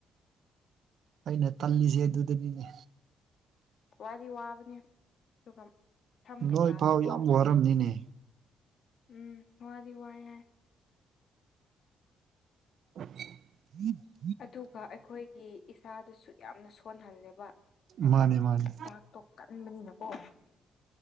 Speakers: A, on the right; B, on the left.
A: ꯑꯩꯅ ꯇꯜꯂꯤꯁꯦ ꯑꯗꯨꯗꯅꯤꯅꯦ
B: ꯋꯥꯗꯤ ꯋꯥꯕꯅꯦ ꯑꯗꯨꯒ ꯁꯝ ꯀꯩꯀꯥꯁꯨ
A: ꯅꯣꯏ ꯄꯥꯎ
B: ꯀꯣ
A: ꯌꯥꯝ ꯋꯥꯔꯝꯅꯤꯅꯦ
B: ꯎꯝ ꯋꯥꯗꯤ ꯋꯥꯌꯦ
A: ꯎꯝ <inaudible>
B: ꯑꯗꯨꯒ ꯑꯩꯈꯣꯏꯒꯤ ꯏꯁꯥꯗꯨꯁꯨ ꯌꯥꯝꯅ ꯁꯣꯟꯍꯜꯂꯦꯕ ꯍꯥꯏꯕꯗꯤ
A: ꯃꯥꯅꯦ ꯃꯥꯅꯦ
B: ꯍꯤꯗꯥꯛꯇꯣ ꯀꯟꯕꯅꯤꯅꯀꯣ